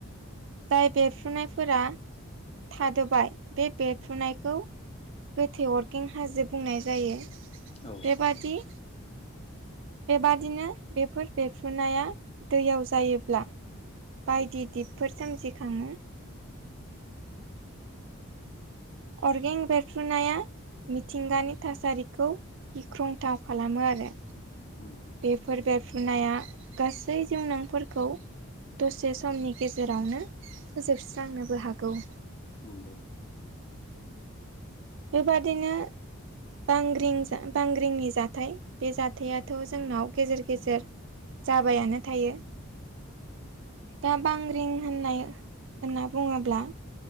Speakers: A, on the right; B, on the left.
A: जाय बेरफ्रुनायफोरा थादोबाय। बे बेरफ्रुनायखौ गोथै अरगें हाजो बुंनाय जायो।
B: औ
A: बेबादि बेबादिनो बेफोर बेरफ्रुनाया दैयाव जायोब्ला बायदि दिपफोर सोमजिखाङो। अरगें बेेरफ्रुनाया मिथिंगानि थासारिखौ गिख्रंथाव खालामो आरो
B: नंगौ
A: बेफोर बेफ्रुनाया गासै जिउनांफोरखौ दसे समनि गेजेरावनो फोजोबस्रांनोबो हागौ
B: नंगौ
A: बेबादिनो बांग्रिं जा बांग्रिंनि जाथाय बे जाथायाथ' जोंनाव गेजेर गेजेर जाबायानो थायो। दा बांग्रिं होननाय होनना बुङोब्ला